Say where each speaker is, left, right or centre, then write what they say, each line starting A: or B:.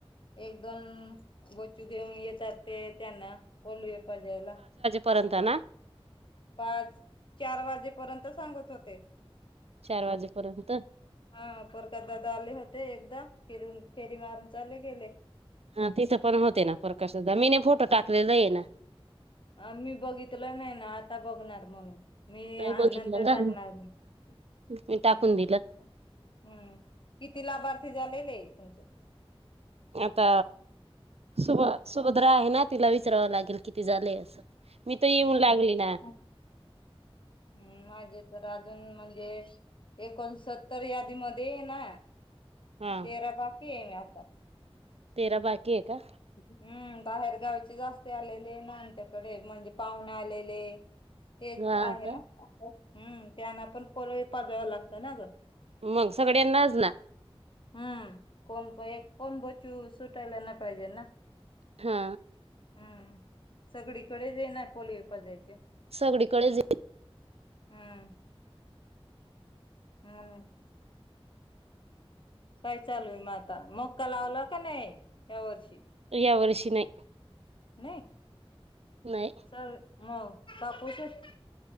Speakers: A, on the left (about 55°); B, on the right (about 80°).
A: एकदम बच्चू घेऊन येतात ते त्यांना पोल पाजाला
B: पर्यंत ना
A: पाच चार वाजेपर्यंत सांगत होते
B: चार वाजेपर्यंत
A: हा पोरकतदाादा आले होते एकदा फिरून फेरी मारून चाले गेले
B: हा तिथं पण होते ना प्रकाश सुद्धा मीे फोटो टाकलेला आहे ना
A: आ मी बघितलं नाही ना आता बघणार म्हणून मी
B: नाही बघितलं
A: नंतर
B: का
A: टाकणार हम्
B: मी टाकून दिलं
A: हम्म किती लाभार्थी झालेले आहे तुमच्या
B: आता सुभ सुभद्र आहे ना तिला विचरावं लागेल किती झालंय असं मी तर येऊन
A: हम्म
B: लागली ना
A: हम्म माझे तर अजून म्हणजे एकोणसत्तर यादीमध्ये ना
B: हा
A: तेरा बाकी येम आता
B: तेरा बाकी आहे का
A: हम् बाहेरगावचे जास्ती आलेले ना आच्याकडे म्हणजे पाहुणे आलेले तेच
B: हा
A: आहे
B: का
A: ना हम् त्यांना पण पळी पाजाव लागतं ना जर
B: मग सगळ्यांनाच ना
A: हम्म कोण कोण बचू सुटायला नाही पाहिजे ना.
B: हा.
A: हम्म सगळीकडेच आहे ना पोलिओ पाजायचे.
B: सगळीकडेच
A: हम्म. हम्. काय चालू आहे मगं आता मक्का लावला का नाही या वर्षी.
B: या वर्षी नाही.
A: नाही.
B: नाही.
A: सर मग कापूसच